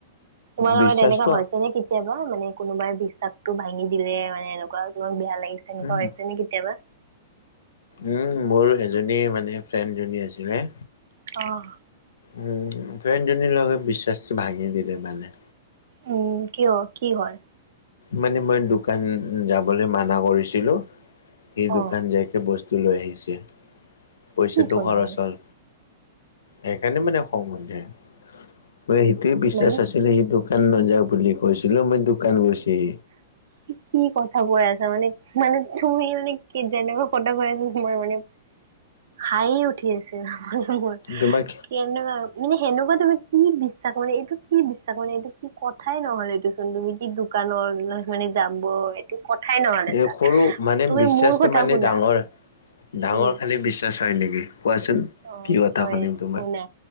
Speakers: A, on the right; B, on the left.
A: তোমাৰ
B: বিশ্বাসটো
A: লগত এনেকুৱা হৈছে নে কেতিয়াবা মানে কোনোবাই বিশ্বাসতটো ভাঙি দিলে মানে এনেকুৱা তোমাক বেয়া লাগিছে এনেকুৱা
B: উম
A: হৈছে নে কেতিয়াবা।
B: উম, মোৰ এজনী মানে ফ্ৰেণ্ড জনী আছিলে
A: অহ
B: উম ফ্ৰেন্ডজনীৰ লগত বিশ্বাসটো ভাঙি দিলে মানে
A: উম, কিয় কি হল?
B: মানে মই দোকান যাবলৈ মানা কৰিছিলো সি
A: অ
B: দোকান যাইকে বস্তু লৈ আহিছে পইচাটো
A: কি ক'লা
B: খৰচ
A: মানে
B: হল সেইকাৰণে মানে খঙ উঠে সেইটোৱে বিশ্বাস
A: মানে
B: আছিলে সেইটো দোকান না যা বুলি কৈছিলো মই দোকান গৈছে সি
A: কি কথা কৈ আছা মানে মানে তুমি মানে কি যেনেকুৱা কথা কৈ আছ তোমাৰ মানে হাঁহি উঠি আছিল মোৰ
B: তোমাক
A: কি <unintelligible> মানে সেনেকুৱা তুমি কি বিশ্বাস মানেএইটো কি বিশ্বাস মানে এইটো কি কথাই নহ'লে এইটোচোন তুমি কি দুখ দোকানৰ মানে যাব এইটো কথাই নহ'ল এটা
B: এই সৰু, মানে
A: তুমি
B: বিশ্বাচটো
A: মোৰ কথা
B: মানে
A: শুনা
B: ডাঙৰ ডাঙৰ
A: উম
B: খালী বিশ্বাস হয় নেকি? কোৱাচোন?
A: অ'
B: কি কথা
A: হয়
B: শুনিম তোমাৰ
A: শুনা,